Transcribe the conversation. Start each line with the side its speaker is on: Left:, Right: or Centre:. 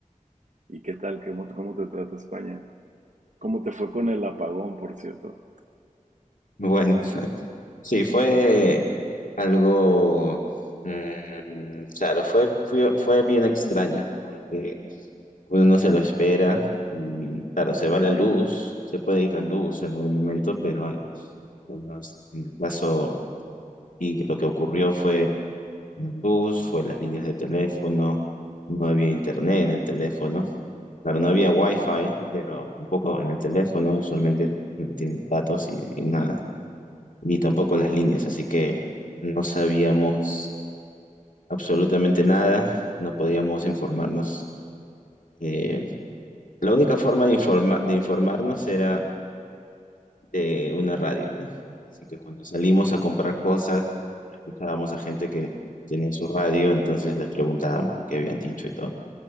Right: ¿Y qué tal? ¿Cómo, cómo te trata España? ¿Cómo te fue con el apagón, por cierto?
Left: Bueno, sí, fue algo, mm, claro, fue, fue, fue bien extraño, porque uno no se lo espera y claro, se va la luz, se puede ir la luz en algún momento, pero en los- en el caso y lo que ocurrió fue la luz, fue las líneas de teléfono, no había internet en el teléfono. Claro, no había wifi, pero tampoco en el teléfono, usualmente no tienen datos y, y nada, ni tampoco las líneas, así que no sabíamos absolutamente nada, no podíamos informarnos. eh, la única forma de, informa- de informarnos era de una radio, ¿no? Así que cuando salimos a comprar cosas, escuchábamos a gente que tenía su radio, entonces les preguntábamos qué habían dicho y todo.